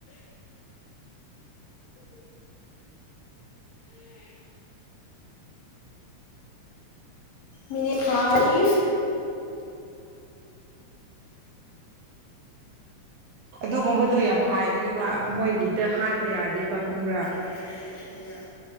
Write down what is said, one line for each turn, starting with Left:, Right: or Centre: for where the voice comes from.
Left: ꯃꯤꯅꯤꯠ ꯐꯥꯏꯚ
Right: ꯑꯗꯨꯒꯨꯝꯕꯗꯨ ꯌꯥꯝ ꯍꯥꯏꯒꯅꯨꯕ ꯃꯣꯏꯒꯤꯗ ꯍꯥꯏꯕ ꯌꯥꯗꯦꯕ ꯈꯪꯕ꯭ꯔꯥ
Left: ꯆꯠꯄ ꯌꯥꯗꯦꯕ ꯈꯪꯕ꯭ꯔꯥ